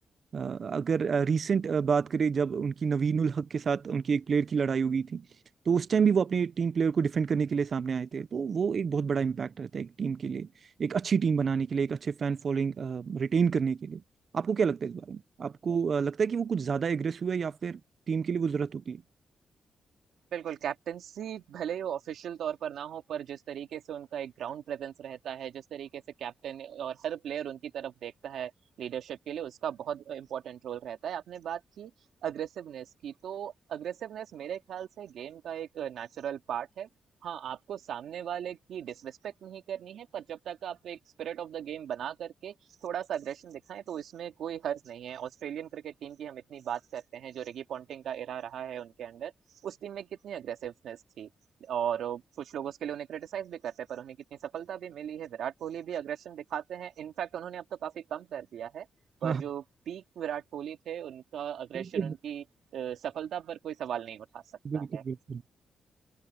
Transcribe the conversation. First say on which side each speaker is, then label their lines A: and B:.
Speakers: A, on the right (about 45°); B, on the right (about 80°).
A: अ, अगर रीसेंट बात करें जब उनकी नवीनुल हक के साथ उनकी एक प्लेयर की लड़ाई हो गई थी तो उस टाइम भी वो अपनी टीम प्लेयर को डिफेंड करने के लिए सामने आए थे तो वो एक बहुत बड़ा इम्पैक्ट रहता है एक टीम के लिए एक अच्छी टीम बनाने के लिए एक अच्छे फैन फॉलोइंग रिटेन करने के लिए आपको क्या लगता है इस बारे में आपको अ, लगता है कि वो कुछ ज्यादा एग्रेसिव है या फिर टीम के लिए वो जरूरत होती है
B: बिल्कुल कैप्टेंसी भले ही ऑफिशियल तौर पर ना हो पर जिस तरीके से उनका एक ग्राउंड प्रेजेंस रहता है जिस तरीके से कैप्टन और हर प्लेयर उनकी तरफ देखता है लीडरशिप के लिए उसका बहुत इंपॉर्टेंट रोल रहता है आपने बात की अग्रेसिवनेस की तो अग्रेसिवनेस मेरे ख्याल से गेम का एक नेचुरल पार्ट है हाँ आपको सामने वाले की डिसरिस्पेक्ट नहीं करनी है पर जब तक आप एक स्पिरिट ऑफ द गेम बना करके थोड़ा सा अग्रेशन दिखाएं तो इसमें कोई हर्ज नहीं है ऑस्ट्रेलियन क्रिकेट टीम की हम इतनी बात करते हैं जो रिकी पॉन्टिंग का इरा रहा है उनके अंडर उस टीम में कितनी अग्रेसिवनेस थी और कुछ लोग उसके लिए उन्हें क्रिटिसाइज भी करते हैं पर उन्हें कितनी सफलता भी मिली है विराट कोहली भी अग्रेशन दिखाते हैं इनफैक्ट उन्होंने अब तो काफी कम कर दिया है पर
A: हाँ हाँ,
B: जो पीक विराट कोहली थे उनका अग्रेशन
A: बिल्कुल
B: उनकी अ, सफलता पर कोई सवाल नहीं उठा सकता
A: बिल्कुल
B: है
A: बिल्कुल।